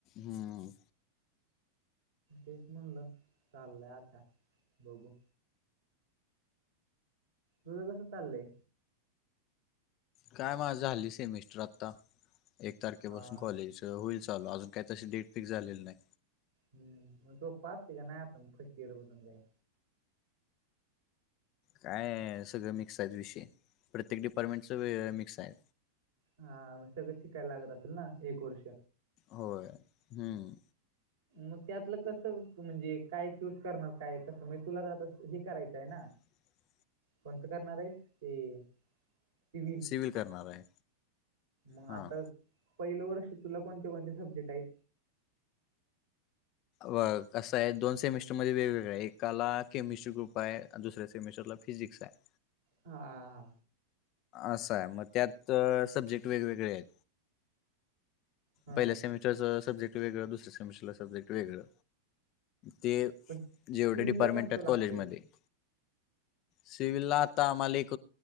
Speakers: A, on the left (about 40°); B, on the right (about 60°).
A: हम्म.
B: तेच म्हणलं चाललंय आता बघू. तुझर कसं चालले.
A: काय माझ झाली सेमिस्टर आता एक तारखेपासून
B: हा हा
A: कॉलेज होईल ल अजून काही तशी डेट फिक्स झालेला नाही.
B: हम् मग जो पाच का नाही आता म फर्स्ट इअर बसून जाई.
A: काय सगळं मिक्स आहेत विषय प्रत्येक डिपार्टमेंटच मिक्स आहे.
B: हा म सगळं शिकायला लागत असेल ना एक वर्ष
A: होय हम्म.
B: मग त्यातलं कसं म्हणजे काय चूस करणार काय कस म्हणजे तुला तर आता हे करायचं आहे ना.
A: <unintelligible>
B: कोणत करणार आहे की सिविल
A: सिव्हिल करणार आहे
B: मग
A: हां
B: आता पहिले वर्ष तुला कोणते कोणते सब्जेक्ट आहेत.
A: व असं आहे दोन सेमिस्टरमध्येध्ये वेगवेगळ्या एकाला केमिस्ट्री ग्रुप आहे दुसऱ्या सेमिस्टरला फिजिक्सा आहे.
B: हा हा.
A: असा आहे मग त्यात सब्जेक्ट वेगवेगळे आहेत
B: हा
A: पहिल्या सेमिट र सब्जक् वेगं दुस्या समिस्टरला सब्जक्ट वेगं. ते
B: पण
A: जेवढे
B: सिव्हिल
A: डिपार्टमेंट
B: ला कोणतं
A: आहेत
B: लागतंय
A: कॉलेजमध्येध्ये शिवल्ला ता मलिक